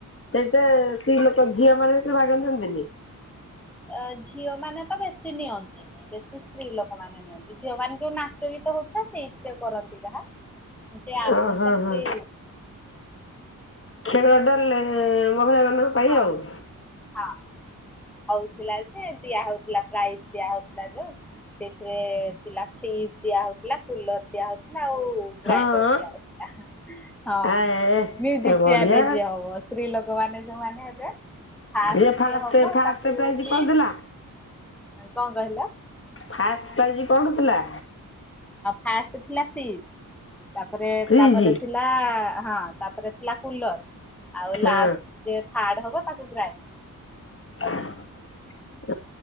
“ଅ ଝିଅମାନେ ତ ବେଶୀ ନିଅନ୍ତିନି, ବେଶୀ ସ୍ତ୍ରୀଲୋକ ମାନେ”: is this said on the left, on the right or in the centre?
Centre